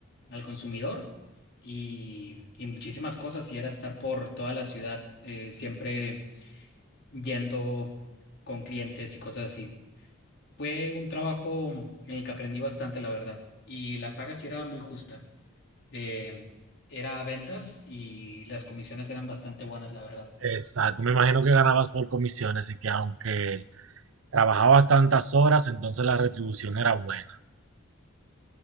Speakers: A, on the left; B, on the right.
A: consumidor y, y muchísimas cosas. Y era estar por toda la ciudad, eh, siempre yendo con clientes y cosas así. Fue un trabajo en el que aprendí bastante, la verdad. Y la paga sí era muy justa. Eh, era ventas y las comisiones eran bastante buenas, la verdad.
B: exacto. Me imagino que ganabas por comisiones y que aunque trabajabas tantas horas, entonces la retribución era buena.